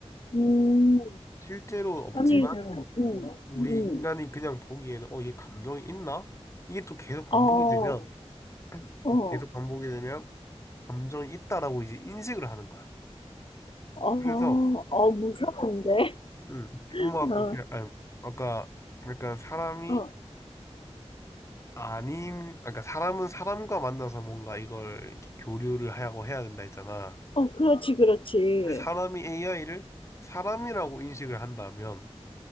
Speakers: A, on the left; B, on the left.
A: 음.
B: 실제로 없지만,
A: 아니, 음,
B: 우리
A: 음.
B: 인간이 그냥 보기에는, 어, 얘 감정이 있나? 이게 또 계속 반복이
A: 어,
B: 되면,
A: 어,
B: 음, 계속 반복이 되면 감정이 있다라고 이제 인식을 하는 거야.
A: 어,
B: 그래서
A: 어, 무서운데? <laughs>
B: 음, 엄마 아까
A: 어,
B: 그냥 아니, 아까 그러니까 사람이
A: 어,
B: 아님 아, 그러니까 사람은 사람과 만나서 뭔가 이걸 이렇게 교류를 하고 해야 된다 했잖아.
A: 어, 그렇지, 그렇지.
B: 근데 사람이 AI를 사람이라고 인식을 한다면